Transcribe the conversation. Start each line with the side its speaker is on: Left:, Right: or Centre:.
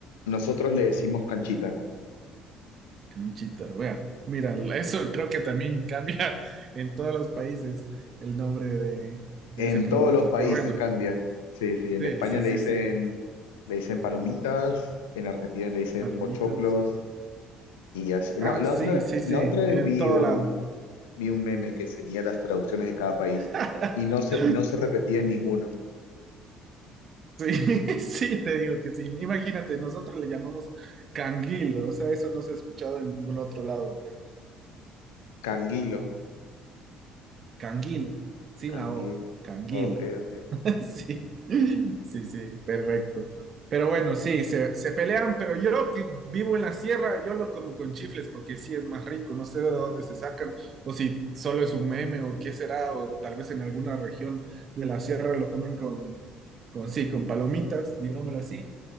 Left: Nosotros le decimos canchita.
Right: Canchita, wea. Mira, eso creo que también <laughs> cambia en todos los países el nombre de, de
Left: En
Right: ese producto.
Left: todos los países
Right: Pero bueno,
Left: cambia. Sí, sí. En
Right: sí,
Left: España
Right: sí,
Left: le
Right: sí,
Left: dicen,
Right: sí.
Left: le dicen palomitas, en Argentina le dicen
Right: Palomitas.
Left: pochoclos, Y así,
Right: Ah,
Left: la, la
Right: sí,
Left: otra,
Right: sí, sí.
Left: la otra vez
Right: En
Left: vi
Right: todo
Left: un,
Right: lado.
Left: vi un meme que tenía las traducciones de cada país
Right: <laughs>
Left: y no se, no se repetía en ninguno.
Right: Sí, <laughs> sí, te digo que sí. Imagínate, nosotros le llamamos canguil, o sea, eso no se ha escuchado en ningún otro lado, creo.
Left: Canguilo,
Right: Canguil, sin
Left: canguil.
Right: la O, canguil.
Left: Ok, ok.
Right: <laughs> Sí, sí, sí, perfecto. Pero bueno, sí, se, se pelean, pero yo que vivo en la sierra, yo lo como con chifles porque sí es más rico, no sé de dónde se sacan, o si solo es un meme o qué será, o tal vez en alguna región de la sierra lo comen con, con sí, con palomitas, digámoslo así.